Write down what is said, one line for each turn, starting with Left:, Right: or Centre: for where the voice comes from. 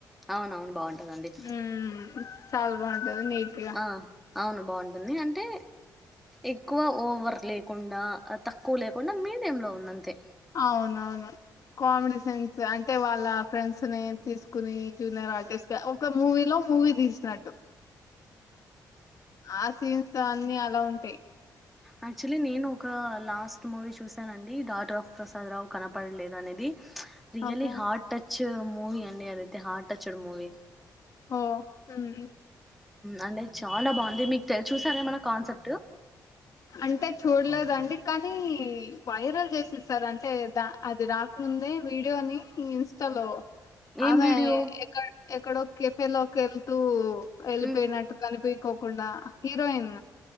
Centre: అవునవును బాగుంటదండి
Left: ఉమ్ చాలా బాగుంటది నీట్గా
Centre: ఆ అవును బాగుంటుంది అంటే ఎక్కువ ఓవర్ లేకుండా తక్కువ లేకుండా మీడియంలో ఉందంతే
Left: అవునవును కామెడీ సెన్స్ అంటే వాళ్ళ ఫ్రెండ్స్ ని తీసుకుని జూనియర్ ఆర్టిస్ట్ గా ఒక మూవీలో మూవీ తీసినట్టు ఆ సీన్స్ అన్ని అలా ఉంటాయి
Centre: యాక్చువలీ నేను ఒక లాస్ట్ మూవీ చూసానండి డాటర్ ఆఫ్ ప్రసాద్ రావు కనపడలేదు అనేది really
Left: okay
Centre: heart touch movie అండి అదైతే హార్ట్ టచ్ మూవి
Left: హ ఉమ్
Centre: అంటే చాలా బాగుంది మీకు తె చూసారా ఏమన్న కాన్సెప్ట్
Left: అంటే చూడలేదండి కానీ వైరల్ చేసేసారు అంటే ద అది రాకముందే వీడియోని ఇన్స్టా లో
Centre: ఏం
Left: ఆమె
Centre: వీడియో
Left: ఎక్కడ ఎక్కడో కేఫెలోకెళ్తూ వెళ్ళిపోయినట్టు
Centre: ఉమ్.
Left: కనిపికోకుండా హీరోయిన్